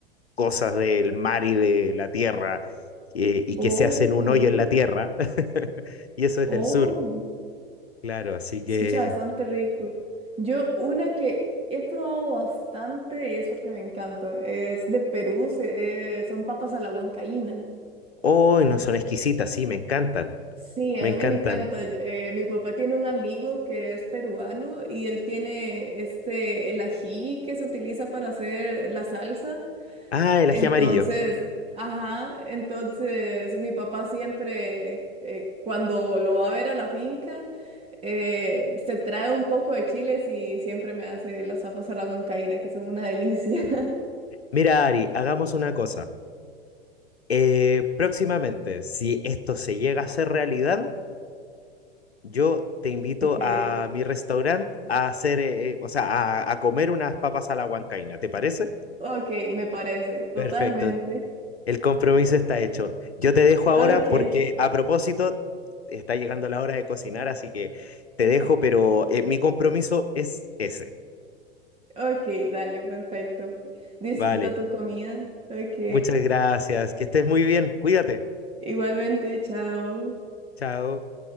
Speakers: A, on the left; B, on the right.
A: cosas del mar y de la tierra, eh, y
B: Ok.
A: que se hacen un hoyo en la tierra. <laughs> Y eso es
B: Oh.
A: del sur, claro, así que...
B: Escucha bastante rico. Yo una que he probado bastante y es porque me encanta, es de Perú, se- eh, son papas a la huancaína.
A: ¡Oh, no son exquisitas! Sí, me encantan,
B: Sí, a
A: me encantan.
B: mí me encanta. Eh, mi papá tiene un amigo que es peruano y él tiene este, el ají que se utiliza para hacer la salsa.
A: Ah, el
B: Entonces,
A: ají amarillo.
B: ajá, entonces mi papá siempre, eh, cuando lo va a ver a la finca, eh, se trae un poco de chiles y siempre me hace las papas a la huancaína, que son una delicia. <laughs>
A: Mira, Ari, hagamos una cosa. Eh, próximamente, si esto se llega a ser realidad, Yo te invito
B: Ok,
A: a mi restaurante a hacer, eh, eh, o sea, a, a comer unas papas a la huancaína, ¿te parece?
B: ok, me parece, totalmente.
A: Perfecto, el compromiso está hecho. Yo te dejo ahora
B: Ok,
A: porque a propósito está llegando la hora de cocinar, así que te dejo, pero eh, mi compromiso es ese.
B: <laughs> ok, dale, perfecto. Disfruta
A: Vale,
B: tu comida. Ok,
A: muchas gracias, que estés muy bien, cuídate.
B: igualmente, chao.
A: Chao.